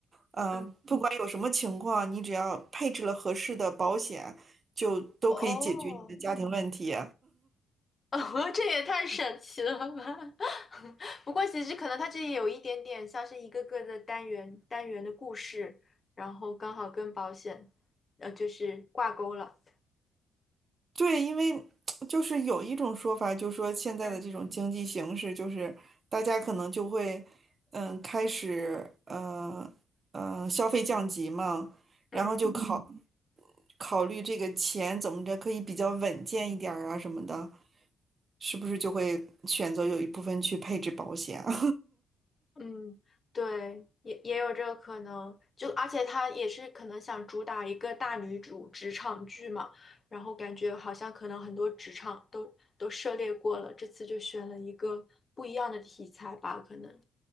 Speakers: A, on the right; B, on the left.
A: 嗯、
B: 嗯
A: 呃不管有什么情况，你只要配置了合适的保险，就都可以解决你的家庭问题。
B: 哦，哦，<laughs> 这也太神奇了吧！<laughs> 不过其实可能它这里有一点点像是一个个的单元单元的故事，然后刚好跟保险，呃，就是挂钩了。
A: 对，因为就是有一种说法，就说现在的这种经济形势，
B: 嗯
A: 就是大家可能就会，嗯，开始，呃，呃，消费降级嘛，然后就考嗯
B: 嗯，对。
A: 考虑这个钱怎么着可以比较稳健一点儿啊什么的，是不是就会选择有一部分去配置保险啊
B: 嗯，对，也也有这个可能，就而且他也是可能想主打一个大女主职场剧嘛，然后感觉好像可能很多职场都都涉猎过了，这次就选了一个不一样的题材吧，可能，